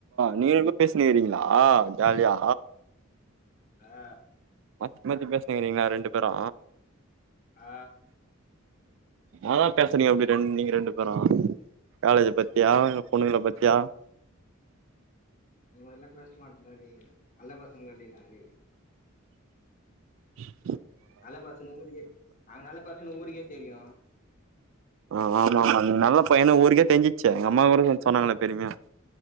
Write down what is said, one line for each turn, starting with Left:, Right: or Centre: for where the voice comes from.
Right: நீ ரென்பேரு பேச்னுர்கீங்ளா ஜாலியா
Left: ஆ
Right: மாத்தி மாத்தி பேச்னுர்கீங்ளா ரெண்டு பேரு
Left: ஆ
Right: நாதா பேசனயோ அப்டி ரெண் நீங்க ரெண்டு பேரு காலேஜ பத்தியா பொண்ணுங்கள
Left: இல்ல
Right: பத்தியா
Left: அந் மார்லா பேச ச்மாட்ன்டா டேய் நல்ல பசங்கந்தாடி நா அடேய்
Right: உ
Left: நல்ல பசன்னு ஊருக்கே நாங்க நல்ல பசன்னு ஊருக்கே தெரியு
Right: ஆ ஆமா ஆமா நீ நல்ல பையனு ஊருக்கே தெரிஞ்சிச்ச எங்க அம்மா கூட சொன்னாங்களா பெருமையா